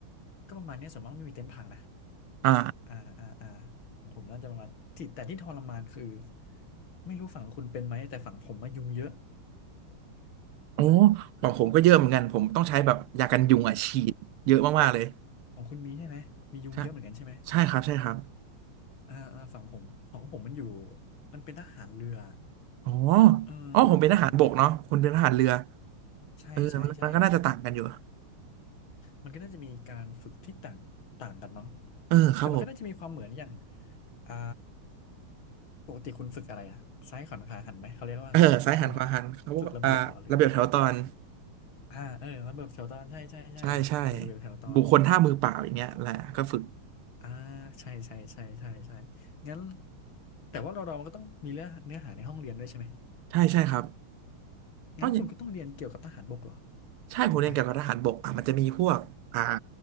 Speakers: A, on the left (about 65°); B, on the right (about 80°).
A: ก็ประมาณเนี้ยส่วนมากไม่มีเต็นท์พังนะ
B: อ่า
A: อ่าอ่าอ่าของผมน่าจะประมาณที่แต่ที่ทรมานคือไม่รู้ฝั่งคุณเป็นไหมแต่ฝั่งผมมายุงเยอะ
B: โอ้ของผมก็เยอะเหมือนกันผมต้องใช้แบบยากันยุงอ่ะฉีดเยอะมากๆเลย
A: ของคุณมีใช่ไหมมียุงเยอะเหมือนกันใช่ไหม
B: ใช่ใช่ครับใช่ครับ
A: อ่าอ่าฝั่งผมของผมมันอยู่มันเป็นทหารเรือ
B: อ๋อ
A: เออ
B: อ๋อผมเป็นทหารบกเนาะคุณเป็นทหารเรือ
A: เออใช่ใช่ใช่
B: เออมันมันก็น่าจะต่างกันอยู่
A: มันก็น่าจะมีการฝึกที่ต่างต่างกันมั้ง
B: เออครับผม
A: แต่มันก็น่าจะมีความเหมือนอย่างอ่าปกติคุณฝึกอะไรอะซ้ายขวัญขาหันไหมเขาเรียกว่าอะไรอันนั้นนะพวกนั้นนะฝึกระเบียบเหรอหรืออะไร
B: เออซ้ายหันขวาหันเขาบอกอ่าระเบียบแถวตอน
A: อ่าเออระเบียบแถวตอนใช่ใช่ใช่การฝึกระเบียบแถวตอน
B: ใช่ใช่บุคคลท่ามือเปล่าอย่างเงี้ยแหละก็ฝึก
A: อ่าใช่ใช่ใช่ใช่ใช่งั้นแต่ว่าเราเรามันก็ต้องมีเนื้อเนื้อหาในห้องเรียนด้วยใช่ไหม
B: ใช่ใช่ครับ
A: งั้นคุณก็ต้องเรียนเกี่ยวกับทหารบกเหรอ
B: อ๋อ ใช่ผมเรียนเกี่ยวกับทหารบกอ่ะมันจะมีพวกอ่า
A: ถูกปะ